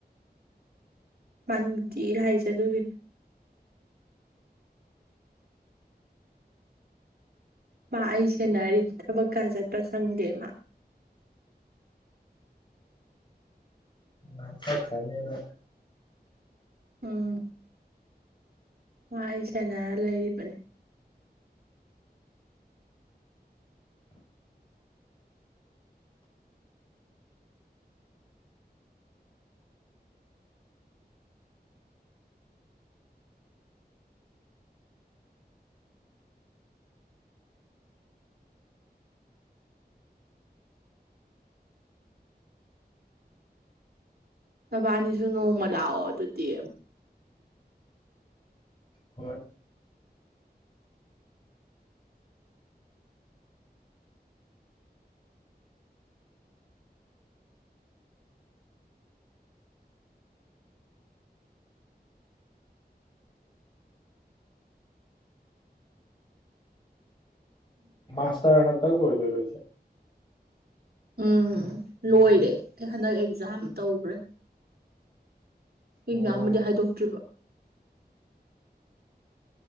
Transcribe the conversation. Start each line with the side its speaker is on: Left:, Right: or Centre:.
Right: ꯃꯅ ꯀ ꯏ ꯂꯁꯦ ꯑꯗꯨꯒꯤ ꯃꯥ ꯑꯩ ꯁꯦꯅꯔꯤ ꯊꯕꯛꯀ ꯆꯠꯄ ꯆꯪꯗꯦꯃ
Left: ꯑ ꯆ ꯈꯅꯦꯅ
Right: ꯎꯝ ꯑꯩ ꯁꯦꯅꯔ ꯂꯩꯔꯤꯕꯅꯤ ꯇꯕꯥꯅꯤꯁꯨ ꯅꯣꯡꯃ ꯂꯥꯛꯑꯣ ꯑꯗꯨꯗꯤ
Left: ꯍ ꯃꯥꯁꯇꯔ ꯑꯦ ꯍꯟꯇ ꯑꯣꯏꯣꯏꯗꯔꯣꯏꯁ
Right: ꯎꯝ ꯂꯣꯏꯔꯦ ꯍꯟꯗꯛ ꯑꯦꯛꯖꯥꯝ ꯇꯧꯈ꯭ꯔꯦ ꯑꯦꯛꯖꯥꯝꯕꯨꯗꯤ
Left: ꯑꯣ
Right: ꯍꯥꯏꯗꯣꯛꯇ꯭ꯔꯤꯕ